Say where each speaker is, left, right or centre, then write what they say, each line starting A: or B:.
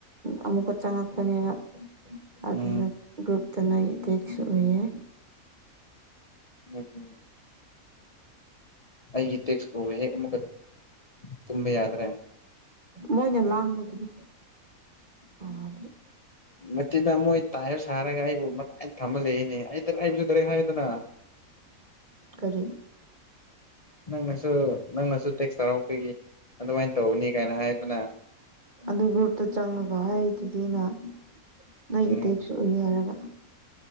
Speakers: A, on the right (about 35°); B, on the left (about 30°).
A: ꯑꯃꯨꯛꯀ ꯆꯪꯉꯛꯄꯅꯦꯕ ꯑꯗꯨꯗ
B: ꯎꯝ
A: ꯒ꯭ꯔꯨꯞꯇ ꯅꯣꯏ ꯇꯦꯛꯁ ꯎꯏꯌꯦ
B: <inaudible> ꯑꯩꯒꯤ ꯇꯦꯛꯁ ꯎꯕꯒ ꯍꯦꯛ ꯑꯃꯨꯛꯀ ꯇꯨꯝꯕ ꯌꯥꯗ꯭ꯔꯦ
A: ꯃꯣꯏꯅ ꯂꯥꯡꯕꯒꯤꯅꯦ ꯑꯥꯗꯤ
B: ꯅꯠꯇꯤꯗ ꯃꯣꯏ ꯇꯥꯏꯕ ꯁꯥꯔꯒ ꯑꯩꯕꯨ ꯃꯇꯥꯏ ꯊꯝꯃꯂꯩꯌꯦꯅꯦ ꯑꯩ ꯗꯔ ꯑꯩꯕꯨꯁꯨ ꯗꯔꯦꯛ ꯍꯥꯏꯔꯦꯗꯅ
A: ꯀꯔꯤ
B: ꯅꯪꯅꯁꯨ ꯅꯪꯅꯁꯨ ꯇꯦꯛꯁ ꯇꯧꯔꯛꯄꯒꯤ ꯑꯗꯨꯃꯥꯏꯟ ꯇꯧꯕꯅꯤ ꯀꯥꯏꯅ ꯍꯥꯏꯌꯨꯗꯅ
A: ꯑꯗꯨ ꯒ꯭ꯔꯨꯞꯇ ꯆꯪꯉꯒ ꯍꯥꯏꯗꯨꯗꯤ ꯑꯩꯅ ꯅꯣꯏꯒꯤ
B: ꯎꯝ
A: ꯇꯦꯛꯁꯨ ꯎꯏ ꯍꯥꯏꯔꯒ